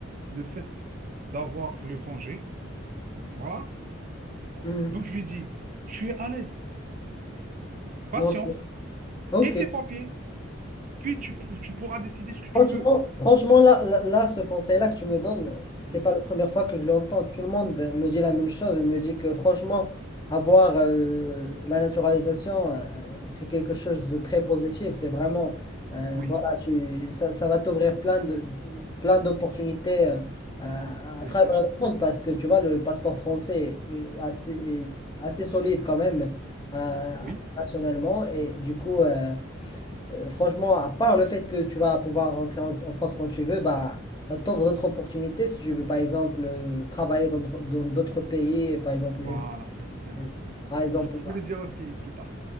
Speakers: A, on the right; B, on the left.
A: le fait d'avoir le congé. Donc voilà.
B: Hmm.
A: Donc je lui ai dit, tu es à l'aise, patiente,
B: Bon, Ok,
A: et tes papiers, puis tu, tu pourras décider ce que tu
B: Franchement,
A: veux.
B: franchement là, là, là, ce conseil-là que tu me donnes, c'est
A: Mm,
B: pas la première fois que je l'entends. Tout le monde me
A: mm.
B: dit la même chose. Il me dit que franchement, avoir euh, la naturalisation, euh, c'est quelque chose de très positif. C'est vraiment, euh,
A: Oui,
B: voilà, tu- ça, ça va t'ouvrir plein de, plein d'opportunités euh, à, à
A: C'est
B: travers
A: clair?
B: le monde parce que tu vois, le passeport français est assez, est assez solide quand même euh,
A: oui,
B: internationalement. Et du coup, euh, euh, franchement, à part le fait que tu vas pouvoir rentrer en, en France quand tu veux, bah, ça t'ouvre d'autres opportunités. Si tu veux, par exemple, euh, travailler dans d'autres dans d'autres pays, par exemple
A: voilà,
B: les
A: précisément.
B: États-Unis, par exemple.
A: C'est ce que je
B: Bah,
A: voulais dire aussi plus tard.